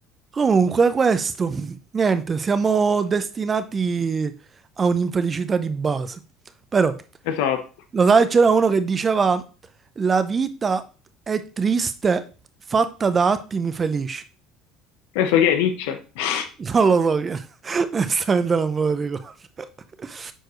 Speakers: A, on the right; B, on the left.
A: comunque, questo, <laughs> niente, siamo destinati a un'infelicità di base. Però,
B: Esatto.
A: Lo sai, c'era uno che diceva la vita è triste fatta da attimi felici.
B: Adesso chi è Nietzsche? <laughs>
A: <laughs> Non lo so che, <laughs> onestamente non me lo ricordo. <laughs>